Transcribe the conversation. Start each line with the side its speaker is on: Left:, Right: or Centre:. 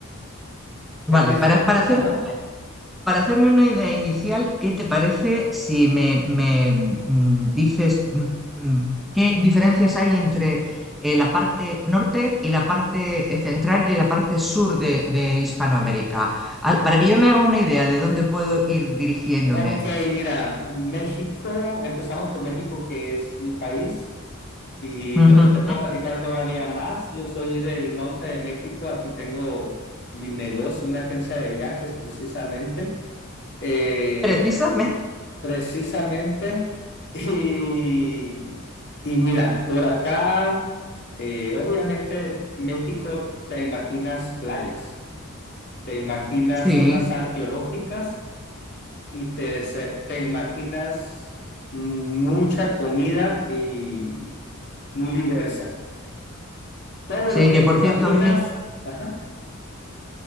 Centre: vale,
Left: Satisfactorio.
Centre: para, para hacer
Left: Ajá.
Centre: Para hacerme una idea inicial, ¿qué te parece si me, me, mm, dices mm, mm, qué diferencias hay entre eh, la parte norte y la parte eh, central y la parte sur de, de Hispanoamérica? Al- para que yo me haga una idea de dónde puedo ir dirigiéndome.
Left: Ok, mira, México, empezamos por México, que es mi país, y
Centre: Ujú.
Left: donde te puedo platicar todavía más. Yo soy del norte de México, aquí tengo mi negocio, una agencia de viajes precisamente, eh,
Centre: Precisamente.
Left: precisamente, <laughs> y, y mira, por acá, eh, obviamente México te imaginas playas, te imaginas
Centre: Sí,
Left: zonas arqueológicas y te, se- te imaginas mucha comida y muy diversa. Todo
Centre: sí,
Left: lo que
Centre: que
Left: te
Centre: por
Left: imaginas,
Centre: cierto, a mí me,
Left: ajá.